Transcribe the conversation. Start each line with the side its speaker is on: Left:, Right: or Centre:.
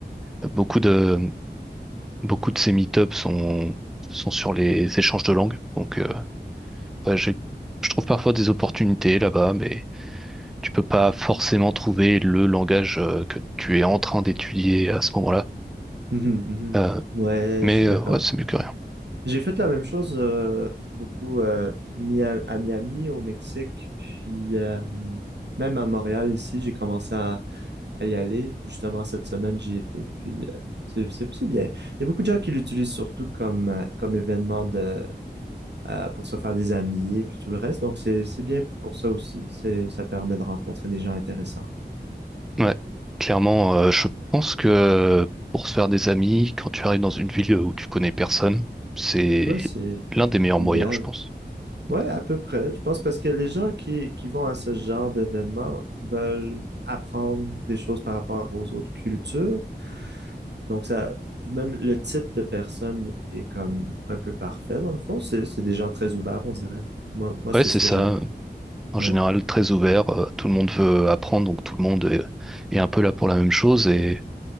Centre: Euh, Beaucoup de, beaucoup de ces Meetups sont, sont sur les échanges de langues, donc euh, ouais, j'ai- je trouve parfois des opportunités là-bas, mais tu peux pas forcément trouver le langage euh, que tu es en train d'étudier à ce moment-là.
Right: Mhm, mhm.
Centre: Euh,
Right: Ouais,
Centre: mais
Right: je suis d'accord.
Centre: euh, ouais, c'est mieux que rien.
Right: J'ai fait la même chose euh, beaucoup euh, Mia- à Miami, au Mexique, puis euh, même à Montréal ici, j'ai commencé à, à y aller. Justement, cette semaine, j'y étais, puis euh, c'est, c'est, c'est bien. Il y a beaucoup de gens qui l'utilisent surtout comme, euh, comme événement de, euh, pour se faire des amis, puis tout le reste. Donc, c'est, c'est bien pour ça aussi. C'est, ça permet de rencontrer des gens intéressants.
Centre: Ouais, clairement, euh, je pense que pour se faire des amis, quand tu arrives dans une ville où tu connais personne, c'est
Right: Ouais, c'est
Centre: l'un des meilleurs
Right: idéal.
Centre: moyens, je pense.
Right: Ouais,
Centre: Ouais.
Right: à peu près. Je pense parce que les gens qui, qui vont à ce genre d'événements veulent apprendre des choses par rapport aux autres cultures. Donc ça, même le type de personne est comme un peu parfait dans le fond. C'est, c'est des gens très ouverts, on dirait. Moi, moi,
Centre: Ouais,
Right: c'est
Centre: c'est
Right: ce que
Centre: ça.
Right: j'aime.
Centre: En
Right: Ouais.
Centre: général, très ouvert. euh, tout le monde veut apprendre, donc tout le monde est, est un peu là pour la même chose. Et